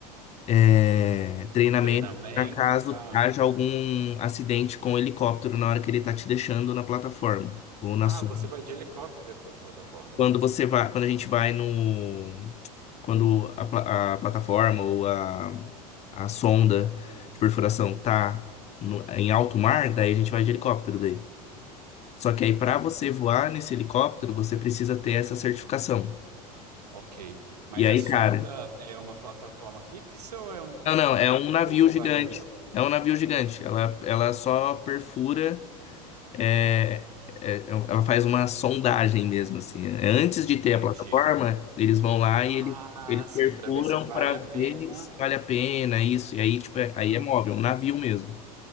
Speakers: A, on the left (about 35°); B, on the right (about 85°).
A: é, treinamento
B: Treinamento
A: para caso
B: para.
A: haja algum acidente com o helicóptero na hora que ele tá te deixando na plataforma ou na
B: Ah,
A: sonda.
B: você vai de helicóptero para a plataforma.
A: Quando você vai, quando a gente vai no quando a, pla- a plataforma ou a, a sonda de perfuração tá no- em alto mar, daí a gente vai de helicóptero daí. Só que aí
B: Entendi.
A: para você voar nesse helicóptero, você precisa ter essa certificação.
B: Ok. Mas
A: E aí,
B: a sonda
A: cara,
B: é uma plataforma fixa ou é um
A: não, não,
B: navio
A: é um navio
B: ou
A: gigante.
B: varia?
A: É um navio gigante. Ela, ela só perfura É, é, é, ela faz uma sondagem mesmo, assim. É, Antes de ter
B: Entendi.
A: a plataforma, eles vão lá
B: Ah,
A: e eles, eles
B: sim,
A: perfuram
B: para ver se vale
A: para
B: a pena.
A: ver se vale a pena isso. E aí, tipo, é-
B: Aham.
A: aí é móvel, um navio mesmo.